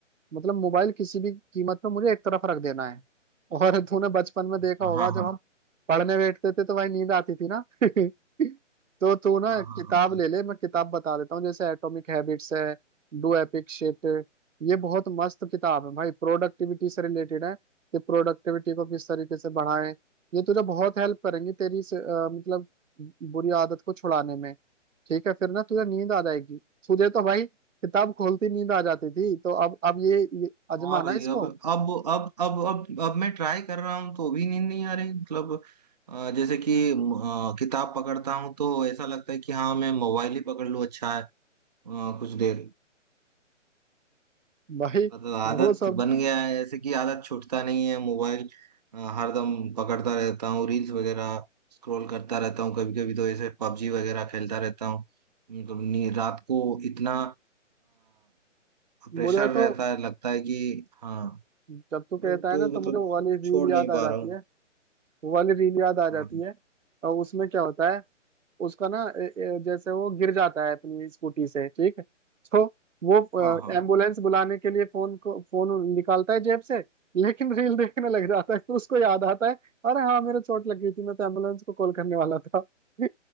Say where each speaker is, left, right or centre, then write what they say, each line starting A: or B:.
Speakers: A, on the right; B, on the right.
A: मतलब मोबाइल किसी भी कीमत पे मुझे एक तरफ रख देना है और तूने बचपन में देखा
B: हाँ
A: होगा
B: हाँ
A: जब
B: हाँ
A: हम पढ़ने बैठते थे तो भाई नींद आती थी ना <laughs> तो तू
B: हाँ
A: ना किताब
B: हाँ हाँ
A: ले ले मैं किताब बता देता हूँ जैसे एटॉमिक हैबिट्स है डू एपिक शिट ये बहुत मस्त किताब है भाई प्रोडक्टिविटी से रिलेटेड है कि प्रोडक्टिविटी को किस तरीके से बढ़ाएं ये तुझे बहुत हेल्प करेंगी तेरी इस, अ, मतलब बुरी आदत को छुड़ाने में ठीक है फिर ना तुझे नींद आ जाएगी तुझे तो भाई किताब खोलती नींद आ जाती थी तो अब अब ये, ये आजमाना
B: हाँ भाई
A: इसको
B: अब अब अब अब अब अब मैं ट्राई कर रहा हूँ तो भी नींद नहीं आ रही मतलब अ, जैसे कि अ, किताब पकड़ता हूँ तो ऐसा लगता है कि हाँ मैं मोबाइल ही पकड़ लूँ अच्छा है अ, कुछ देर
A: भाई
B: मतलब आदत
A: वो सब
B: बन गया है ऐसे कि आदत छूटता नहीं है मोबाइल अ, हरदम पकड़ता रहता हूँ रील्स वगैरह स्क्रॉल करता रहता हूँ कभी कभी तो ऐसे पबजी वगैरह खेलता रहता हूँ मतलब नी- रात को इतना प्रेशर
A: मुझे
B: रहता
A: तो
B: है लगता है कि हाँ
A: जब
B: अब
A: तू कहता
B: तो
A: है ना तो
B: मतलब
A: मुझे वो वाली रील
B: छोड़
A: याद
B: नहीं
A: आ
B: पा
A: जाती
B: रहा हूँ
A: है वो वाली रील याद आ जाती
B: हाँ
A: है और उसमें क्या होता है उसका ना ए- ए- जैसे वो गिर जाता है अपनी स्कूटी से ठीक है तो वो
B: हाँ हाँ
A: एम्बुलेंस बुलाने के लिए फोन को फोन निकालता है जेब से लेकिन रील देखने लग जाता है तो उसको याद आता है अरे हाँ मेरे चोट लग गई थी मैं तो एम्बुलेंस को कॉल करने वाला था <laughs>